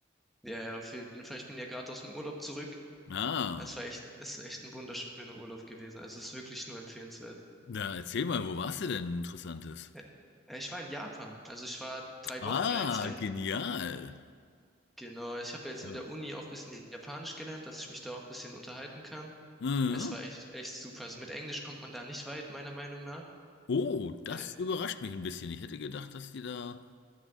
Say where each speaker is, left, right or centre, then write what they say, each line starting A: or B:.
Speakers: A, in the centre; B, on the left.
A: Ja, ja, auf jeden Fall. Ich bin ja gerade aus dem Urlaub zurück.
B: Ah,
A: Es war echt, es ist echt ein wunderschöner Urlaub gewesen. Also es ist wirklich nur empfehlenswert.
B: na, erzähl mal, wo warst du denn Interessantes?
A: Äh, äh, Ich war in Japan. Also ich war drei
B: Ah,
A: Wochen ja jetzt weg.
B: genial.
A: Genau, ich habe ja jetzt
B: Ja.
A: in der Uni auch ein bisschen Japanisch gelernt, dass ich mich da auch ein bisschen unterhalten kann.
B: Mhm.
A: Es war echt, echt super. Also mit Englisch kommt man da nicht weit, meiner Meinung nach.
B: Oh, das
A: Äh,
B: überrascht mich ein bisschen. Ich hätte gedacht, dass die da